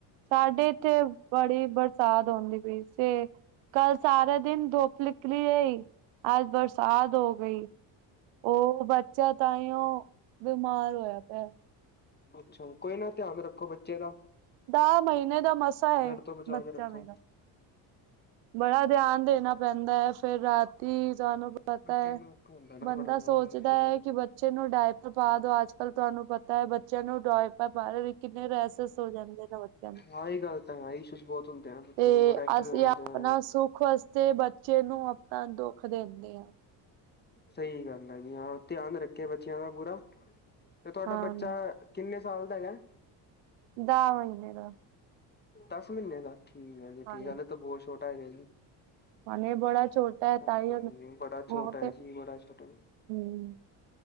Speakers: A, on the right; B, on the left.
A: ਸਾਡੇ ਇੱਥੇ ਬੜੀ ਬਰਸਾਤ ਹੋਂਦੀ ਪਈ ਏ। ਕੱਲ ਸਾਰਾ ਦਿਨ ਧੁੱਪ ਨਿਕਲੀ ਰਈ ਅੱਜ ਬਰਸਾ ਸਾਤ ਹੋ ਗਈ ਉਹ ਬੱਚਾ ਤਾਂਹੀਓ ਬਿਮਾਰ ਹੋਇਆ ਪਿਆ।
B: ਅੱਛਾ ਕੋਈ ਨਾ ਧਿਆਨ ਰੱਖੋ ਬੱਚੇ ਦਾ।
A: ਦਹ ਮਹੀਨੇ ਦਾ ਮਸਾਂ ਹੈ
B: ਠੰਡ ਤੋਂ ਬਚਾ
A: ਬੱਚਾ
B: ਕੇ ਰੱਖੋ
A: ਮੇਰਾ ਬੜਾ ਧਿਆਨ ਦੇਣਾ ਪੈਂਦੈ ਫੇਰ ਰਾਤੀ ਸਾਨੂੰ ਪਤਾ
B: ਬੱਚਿਆਂ
A: ਐ
B: ਦਾ ਔਖਾ ਹੁੰਦਾ ਨਾ
A: ਬੰਦਾ
B: ਬੜਾ
A: ਸੋਚਦਾ
B: ਬੱਚਿਆਂ ਨੂੰ
A: ਐ ਕਿ ਬੱਚੇ ਨੂੰ ਡਾਇ ਪਾ ਦੋ ਅੱਜ ਕੱਲ ਤੁਹਾਨੂੰ ਪਤਾ ਐ ਬੱਚਿਆਂ ਨੂੰ ਟੋਇਪਰ ਪਾ ਰਹੇ ਵੀ ਕਿੰਨੇ ਰੈਸਸ ਹੋ ਜਾਂਦੇ। <unintelligible>
B: ਹਾਂ ਇਹ ਗੱਲ ਤਾਂ ਹੈ ਈ ਇਸ਼ੂਜ਼ ਬਹੁਤ ਹੁੰਦੇ ਐ ਬੱਚਿਆਂ
A: ਤੇ
B: ਨੂੰ ਰੈਸ਼ਸ
A: ਅਸੀਂ
B: ਹੋ ਜਾਂਦੇ ਆ
A: ਆਪਣਾ ਸੁੱਖ ਵਾਸਤੇ ਬੱਚੇ ਨੂੰ ਆਪਣਾ ਦੁੱਖ ਦਿੰਦੇ ਆਂ।
B: ਸਹੀ ਗੱਲ ਐ ਜੀ ਹਾਂ ਧਿਆਨ ਰੱਖੇ ਬੱਚਿਆਂ ਦਾ ਪੂਰਾ। ਤੇ ਤੁਆਡਾ
A: ਹਾਂ
B: ਬੱਚਾ ਐ ਕਿੰਨੇ ਸਾਲ ਦਾ ਹੈਗੈ?
A: ਦਾ ਮ੍ਹੀਨੇ ਦਾ।
B: ਦੱਸ ਮ੍ਹੀਨੇ ਦਾ ਠੀਕ ਆ ਜੀ ਠੀਕ
A: ਹਾਂ
B: ਆ ਹਾਲੇ ਤੇ ਬੋਤ ਛੋਟਾ ਹੈਗੈ ਜੀ।
A: ਹਾਲੇ ਬੜਾ ਛੋਟਾ ਐ
B: ਹਾਂਜੀ
A: ਤਾਵੀ ਓਨੂੰ
B: ਹਾਂਜੀ ਬੜਾ ਛੋਟਾ
A: ਓਤੇ,
B: ਹੈ ਜੀ ਬੜਾ ਛੋਟਾ
A: ਹੂੰ।